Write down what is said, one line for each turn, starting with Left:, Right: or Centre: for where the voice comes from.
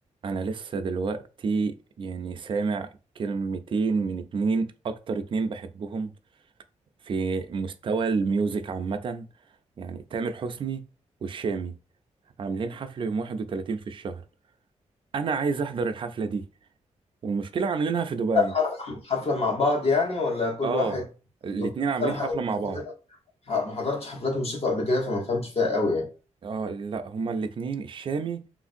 Right: انا لسه دلوقتي يعني سامع كلمتين من اتنين اكتر اتنين بحبهم في مستوى الميوزك عامة يعني تامر حسني والشامي عاملين حفلة يوم 31 في الشهر انا عايز احضر الحفلة دي والمشكلة عاملينها في دبي
Left: حفلة حفلة مع بعض يعني ولا كل
Right: اه
Left: واحد
Right: الاتنين
Left: لوحده؟ بس
Right: عاملين
Left: أنا ما
Right: حفلة
Left: حضرتش
Right: مع
Left: حفلات
Right: بعض
Left: ما حضرتش حفلات موسيقى قبل كده فما فهمش فيها قوي يعني
Right: اه لا هما الاتنين الشامي